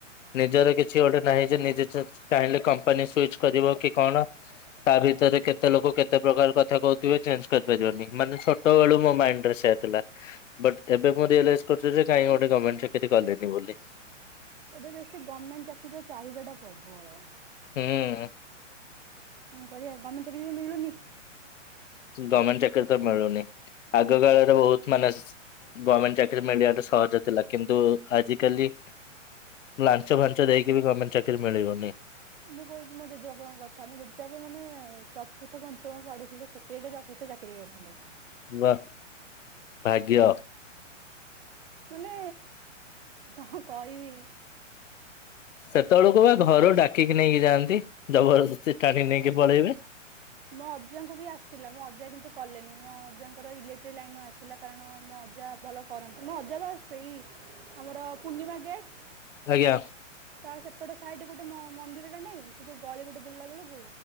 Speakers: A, on the left; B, on the right.
A: ନିଜର କିଛି ଗୋଟେ ନାହିଁ ଯେ ନିଜେ ଚାହିଁଲେ କମ୍ପାନୀ ସୁଇଚ କରିବ କି କଣ ତା ଭିତରେ କେତେ ଲୋକ କେତେ ପ୍ରକାର କଥା କହୁଥିବେ ଚେଞ୍ଜ କରିପାରିବନି ମାନେ ଛୋଟ ବେଳୁ ମୋ ମାଇଣ୍ଡ ରେ ସେଟ ଥିଲା ବଟ ଏବେ ମୁଁ ରିୟଲାଇଜ କରୁଚି ଯେ କାଇଁ ଗୋଟେ ଗମୋଣ୍ଟ ଚାକିରି କଲିନି। ବୋଲି
B: ଏବେ ବେଶୀ ଗମେଣ୍ଟ ଚାକିରିର ଚାହିଦା ଟା ପ୍ରବଳ।
A: ହୁଁ
B: କଣ କରିବା ଗମେଣ୍ଟ ଚାକିରି ବି ମିଳୁନି।
A: ଗମେଣ୍ଟ ଚାକିରି ତ ମିଳୁନି ଆଗ କାଳରେ ବହୁତ ମାନେ ଗମେଣ୍ଟ ଚାକିରିୀ ମିଳିବାଟା ସହଜ ଥିଲା କିନ୍ତୁ ଆଜିକାଲି ଲାଞ୍ଚ ଫାଞ୍ଚ ଦେଇକି ବି ଗମେଣ୍ଟ ଚାକିରି ମିଳିବନି।
B: ମୁଁ କହୁଛି ମୋ ଜେଜେବାପାଙ୍କ କଥା ମୋ ଜେଜେବାପା ମାନେ ଚତୁର୍ଥ ପଞ୍ଚମ ପଢିଥିଲେ ସେକ୍ରେଟେରୀ ଅଫିସରେ ଚା କରିଥିଲେ।
A: ବା ଭାଗ୍ୟ
B: ମାନେ କଣ କହିବି?
A: ସେତେବେଳକୁ ବା ଘରୁ ଡାକିକି ନେଇକି ଯାଆନ୍ତି। ଜବରଦସ୍ତି ଟାଣି ନେଇକି ପଳେଇବେ
B: ମୋ ଅଜାଙ୍କୁ ବି ଆସିଥିଲା ମୋ ଅଜା କିନ୍ତୁ କଲେନି ମୋ ଅଜାଙ୍କର ଇଲେକ୍ଟ୍ରି ଲାଇନରୁ ଆସିଥିଲା କାରଣ ମୋ ଅଜା ଭଲ କରନ୍ତି ମୁଁ ଅଜା ବା ସେଇ ଆମର ପୂର୍ଣ୍ଣିମା ଗେଟ୍
A: ଆଜ୍ଞା।
B: ତା ସେପଟେ ସାଇଡ଼ ଗୋଟେ ମ ମନ୍ଦିରଟା ନାହିଁ ସେ ଯେଉଁ ଗଳି ଗୋଟେ ବୁଲିଲା ବେଳକୁ